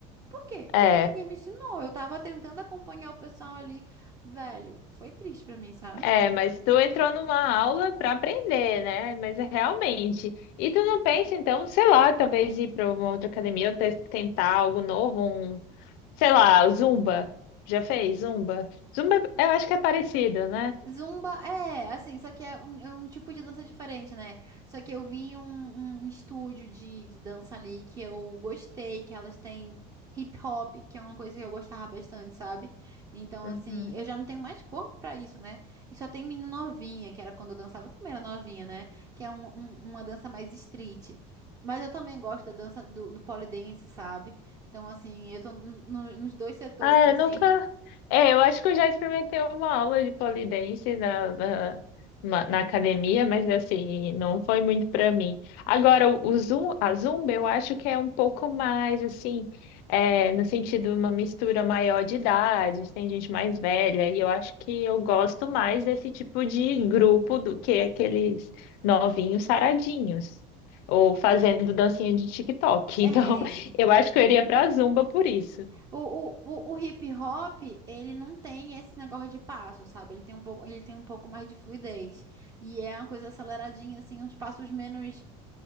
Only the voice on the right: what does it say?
Por quê?
Porque ninguém me ensinou. Eu tava tentando acompanhar o pessoal ali, velho. Foi triste pra mim, sabe?
Zumba é, assim, só que é um, é um tipo de dança diferente, né? Só que eu vi um, um estúdio de, de dança ali que eu gostei, que elas têm hip hop, que é uma coisa que eu gostava bastante, sabe? Então,
assim, eu já não tenho mais corpo pra isso, né? E só tem menina novinha, que era quando eu dançava, eu também era novinha, né? Que é um- um- uma dança mais street. Mas eu também gosto da dança do, do pole dance, sabe? Então, assim, eu tô no- no- nos dois setores,
assim.
<laughs>
É.
O, o, o, o hip hop, ele não tem esse negócio de passo, sabe? Ele tem um pouco, ele tem um pouco mais de fluidez. E é uma coisa aceleradinha, assim, uns passos menos,